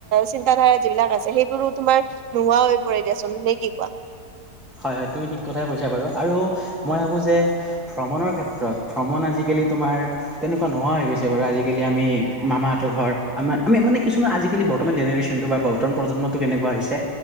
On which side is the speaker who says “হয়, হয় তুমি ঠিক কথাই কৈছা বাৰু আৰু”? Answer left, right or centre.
Centre